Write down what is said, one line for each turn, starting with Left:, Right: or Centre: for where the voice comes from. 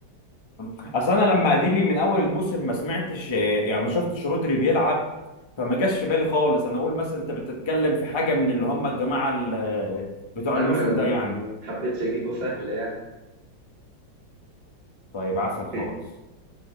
Left: أصل أنا لما أديلي من أول الموسم ما سمعتش يعني ما شفتش رودري بيلعب فما جاش في بالي خالص أنا أقول مثلا أنت بتتكلم في حاجة من اللي هم الجماعة ال- بتوع
Right: لما
Left: الموسم
Right: انا ما
Left: ده يعني
Right: ما حبيتش اجيبه سهل يعني
Left: طيب عسل خالص
Right: <laughs>